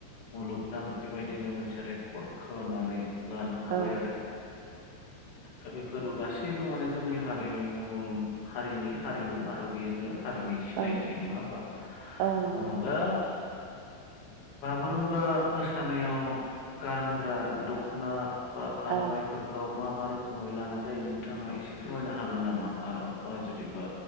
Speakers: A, on the left; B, on the right.
A: मुलुगनां बेबायदिनो मोनसे रेकर्ड खालामनानै लानो हाबाय
B: औ
A: आरो दा बे फोरबो गासैबो माने जोंनि हारिमु हारिनि हारिमु आरो बेयो दा हारिनि सिनायथि
B: औ
A: नङा होमबा
B: औ नंगौ
A: ओ
B: नोंथां
A: दा बागुरुमबा मोसानायाव गानग्रा दखना बा आरनाइफोरखौ
B: औ
A: मा मा रोखोमै लानाय जायो नोंथाङा एसे फोरमायनो हागोन नामा आर बा जुदिबा